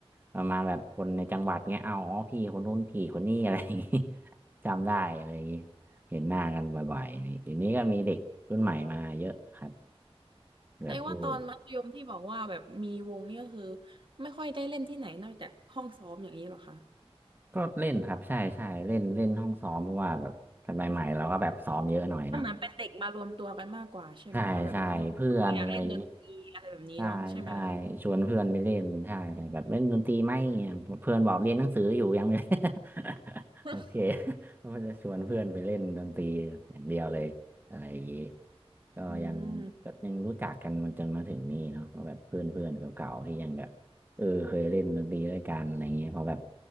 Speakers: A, on the right; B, on the right.
A: ประมาณแบบคนในจังหวัดเงี้ยเอาอ๋อพี่คนนู้นพี่คนนี้อะไรอย่างงี้ <laughs> จำได้อะไรอย่างงี้เห็นหน้ากันบ่อยๆนี่เดี๋ยวนี้ก็มีเด็กรุ่นใหม่มาเยอะครับแบบเออ
B: แสดงว่าตอนมัธยมที่บอกว่าแบบมีวงนี่ก็คือไม่ค่อยได้เล่นที่ไหนนอกจากห้องซ้อมอย่างนี้หรอคะ
A: ก็เล่นครับใช่ใช่เล่นเล่นห้องซ้อมเพราะว่าแบบสมัยใหม่เราก็แบบซ้อมเยอะหน่อยเนาะ
B: มันเหมือนเป็นเด็กมารวมตัวกันมากกว่าใช่ไหมคะแบบดูก็อยากเล่นดนตรีอะไรแบบนี้เนาะใช่ไหมคะ
A: ใช่ใช่เพื่อนอะไรอย่างนี้ ใช่ใช่ชวนเพื่อนไปเล่นใช่ใช่แบบเล่นดนตรีไหมเนี่ยเพื่อนบอกเรียนหนังสืออยู่ยังไม่ <laughs>
B: <laughs>
A: โอเคก็มันจะชวนเพื่อนไปเล่นดนตรีอย่างเดียวเลยอะไรอย่างนี้ก็ยังก็ยังรู้จักกันมันจนมาถึงนี่เนาะก็แบบเพื่อนเพื่อนเก่าๆที่ยังแบบเออเคยเล่นดนตรีด้วยกันอะไรอย่างเงี้ยเพอแบบ
B: อืม